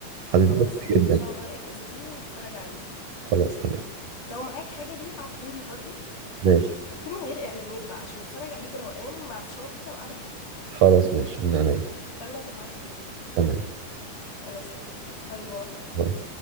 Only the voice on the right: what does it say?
هتتبسطي
جدا
خلاص تمام
ماشي
خلاص ماشي من عينيا
تمام
باي